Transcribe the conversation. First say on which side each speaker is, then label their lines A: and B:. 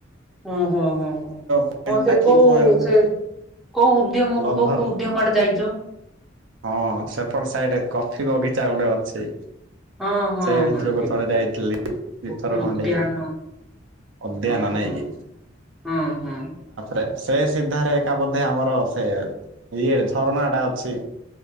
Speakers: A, in the centre; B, on the right (about 75°).
A: ହଁ ହଁ ହଁ ହଁ,
B: ପଏଣ୍ଟ
A: ହଁ ସେ
B: ନା କି
A: କଉ
B: ପଏଣ୍ଟ ଗୋଟେ
A: ସେ କୋଉ ଉଦ୍ୟମ
B: ଲଭର
A: କୋଉ କୋଉ ଉଦ୍ୟମ ଆଡେ ଯାଇଚ?
B: ହଁ, ସେପଟ ସାଇଡରେ କଫି ବଗିଚା ଗୋଟେ ଅଛି।
A: ହଁ ହଁ
B: ସେଇ ଭିତରକୁ
A: ହଁ ଠିକ୍
B: ଥରେ ଯାଇଥିଲି
A: କୋଫି
B: ଦିଥର
A: ଉଦ୍ୟାନ
B: ଖଣ୍ଡେ। ଉଦ୍ୟନ
A: ହଁ
B: ନାଇଁ
A: ହଁ
B: କି
A: ହଁ ହଁ
B: ରେ ସେ ସିଧାରେ ଏକା ବୋଧେ ଆମର ସେ ଇଏରେ ଝରଣା ଟା ଅଛି।